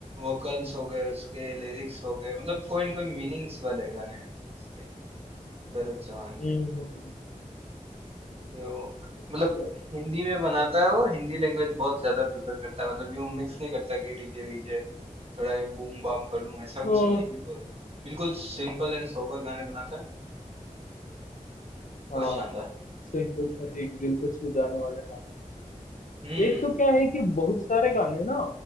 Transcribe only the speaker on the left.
हम्म,
हम्म,
अच्छा
हाँ
हाँ,
सिंपल सा एक दिल को छू जाने वाला गाना
एक तो क्या है कि बहुत सारे गाने ना